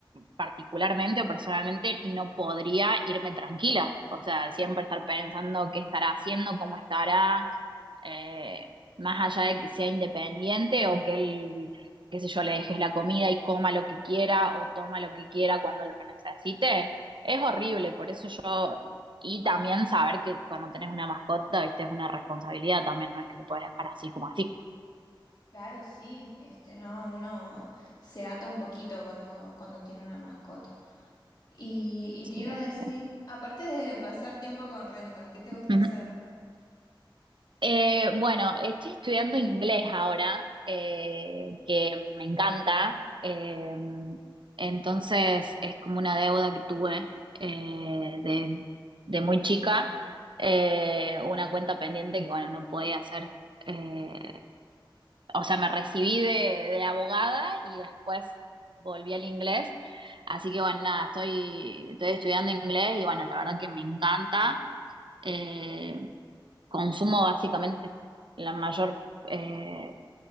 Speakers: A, on the right; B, on the left.
A: particularmente o personalmente no podría irme tranquila, o sea, siempre estar pensando qué estará haciendo, cómo estará, eh, más allá de que sea independiente o que él, qué sé yo, le dejes la comida y coma lo que quiera o toma lo que quiera cuando lo necesite, es horrible, por eso yo, y también saber que cuando tenés una mascota, viste, es una responsabilidad también, no es que lo puedes dejar así como así.
B: Claro, sí, este, no, uno se ata un poquito cuando, cuando tiene una mascota. Y, y
A: Sí,
B: te iba a decir,
A: sí.
B: aparte de pasar tiempo con Renton, ¿qué te gusta
A: Ujú.
B: hacer?
A: Eh, bueno, estoy estudiando inglés ahora, eh, que me encanta. eh, entonces es como una deuda que tuve eh, de, de muy chica, eh, una cuenta pendiente que bueno, no podía hacer. eh, o sea, me recibí de, de abogada y después volví al inglés. Así que bueno, nada, estoy, estoy estudiando inglés y bueno, la verdad que me encanta eh, consumo básicamente la mayor eh,